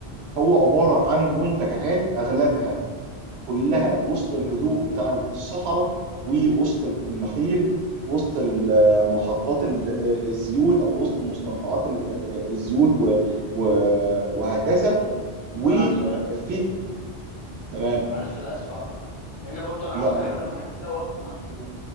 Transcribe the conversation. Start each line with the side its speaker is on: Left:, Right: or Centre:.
Right: هو عبارة عن منتجعات أغلبها كلها وسط الهدوء بتاع الصحراء ووسط النخيل وسط ال- محطات ال- الزيوت أو وسط مستنقعات ال- الزيوت و- و- وهكذا
Left: طب
Right: وفي
Left: طب انا عندي سؤال
Right: تمام
Left: معلش انا اسف اقطعك لان برضو انا عاوز
Right: لا
Left: احلم
Right: لا
Left: معاك كده وادخل معاك في المود